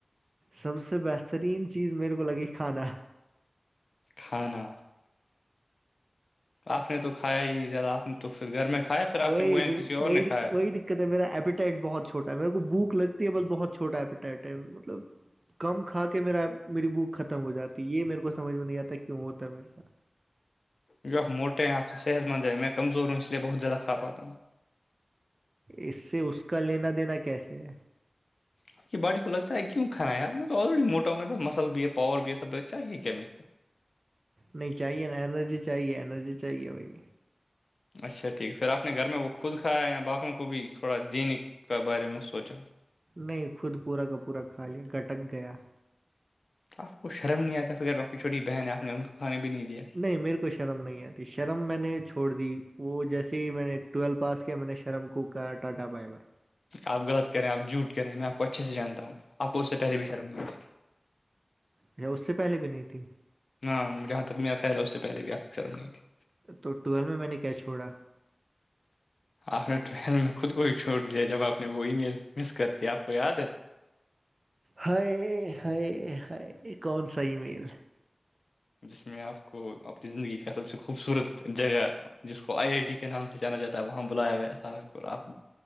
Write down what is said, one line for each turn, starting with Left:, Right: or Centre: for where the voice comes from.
Right: سب سے بہترین چیز میرے کو لگی کھانا
Left: کھانا آپ نے تو کھایا ہی نہیں زیادا آپ نے تو پھر گھر میں کھایا پھر آپ
Right: وہ
Left: نے یہاں
Right: وک
Left: کسی اور نے کھایا
Right: ودک کہتے میرا ایپیٹائٹ بہت چھوٹا ہے میرے کو بھک لگتی ہے بس بہت چھواپیٹائٹ ہے مطلب کم کھا کے میرا میری بوک ختم ہو جاتی ہے یہ میرے کو سمجھ میں نہیں آتا کیوں ہوتا ہے میرے ساتھ
Left: جو آپ موٹے ہیں آپ سے صحت مند ہے م میں کمزور ہوں اس لیے بہت زیادہ کھا پاتا ہوں
Right: اس سے اس کا لینا دینا کیسے ہے
Left: آپ بای کو لگتا ہے کیوں کھا یار میں تو آلریی موٹاوں میرےا مل بھی ہے پاور بھی ہے سب چاہے کیا میرے کو
Right: نہیں چاہیے نا انرجی چاہیے انرجی چاہیے بھائی
Left: اچھا ٹھیک ہے پھر آپ نے گھر میں وہ خود کھایا یا باقیوں کو بھی تھوڑا دینے کا بارے میں سوچا
Right: نہیں خود پورا کا پورا کھا لیا گھٹک گیا
Left: آپ کو شرم نہیں آتا پ ا آپ کی چھوٹی بہن آپ نے ان کو کھانا بھی نہیں دیا
Right: نہیں میرے کو شرم نہیں آتی شرم میں نے چھوڑ دی وہ جیسے ہی میں نے ٹویل پاس کیا میں نے شرم کو کا ٹاٹا بائے بائے
Left: آپ غلط کریں آپ جھٹ کریں میں آپ کو اچھے سےانتا ہوں آپ کو اس سے پہلے بھی شرم نہیں ہو ستیی
Right: اچھا اس سے پہلے بھی نہیں تھی
Left: ہاں جہاں تک میرا خیال ہے اس سے پہلے بھی آپ کو شرم نہیں تھی
Right: تو ٹویلو میں نے کیا چھوڑا
Left: آپ نے ٹوہل میں خود کو ہی چھوڑ دیا جب آپ نے وہ ای میل مس کر دیا آپ کو یاد ہے
Right: ہائے ہائے ہائے کون سا ای میل
Left: جس میں آپ کو اپپنی زندگی کا سب سے خوبصورت جگہ جس کو آئی آئی ٹی کے نام سے جانا جا ہے وہاں بلایا گیا تھا آپ کو